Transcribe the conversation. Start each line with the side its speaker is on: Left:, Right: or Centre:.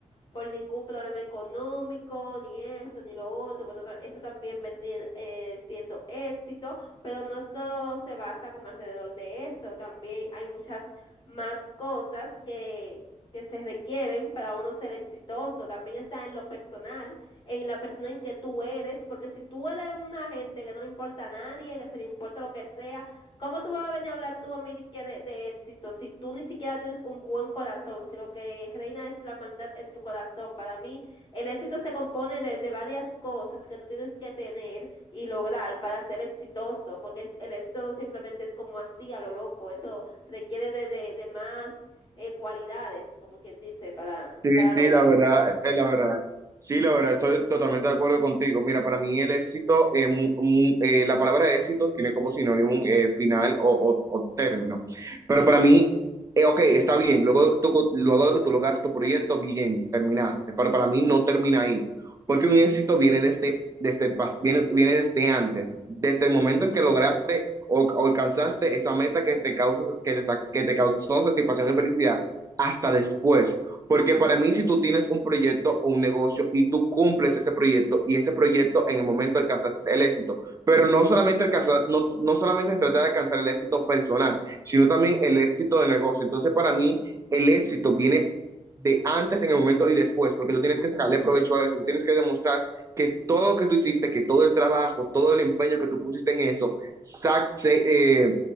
Left: por ningún problema económico, ni esto, ni lo otro, que todo- eso también vendría eh, siendo éxito, pero no todo se basa como alrededor de eso, también hay muchas más cosas que, que se requieren para uno ser exitoso, también está en lo personal, en la persona en que tú eres, porque si tú eres una gente que no le importa a nadie, que se le importa lo que sea, ¿cómo tú vas a venir a hablar tú a mí de, de, de éxito si tú ni siquiera tienes un buen corazón, si lo que reina es la maldad en tu corazón? Para mí, el éxito se compone de, de varias cosas que tú tienes que tener y lograr para ser exitoso, porque el éxito no simplemente es como así a lo loco, eso requiere de, de, de más eh, cualidades, como quien dice, para,
Right: Sí,
Left: para
Right: sí,
Left: lograrlo.
Right: la verdad, es la verdad. Sí, la verdad, estoy totalmente de acuerdo contigo. Mira, para mí el éxito, eh, mu- mu- eh, la palabra éxito tiene como sinónimo un eh, final o, o- o término. Pero para mí, eh, ok, está bien, luego de que tú, luego de que tú lograste tu proyecto, bien, terminaste. Pero para mí no termina ahí, porque un éxito viene desde, desde el pas- viene, viene desde antes, desde el momento en que lograste o, o alcanzaste esa meta que te causó, que te, que te causó satisfacción y felicidad, hasta después. Porque para mí, si tú tienes un proyecto o un negocio y tú cumples ese proyecto y ese proyecto en el momento alcanzas el éxito, pero no solamente alcanzar, no, no solamente se trata de alcanzar el éxito personal, sino también el éxito de negocio. Entonces, para mí, el éxito viene de antes en el momento y después, porque tú tienes que sacarle provecho a eso, tú tienes que demostrar que todo lo que tú hiciste, que todo el trabajo, todo el empeño que tú pusiste en eso, sac se, eh,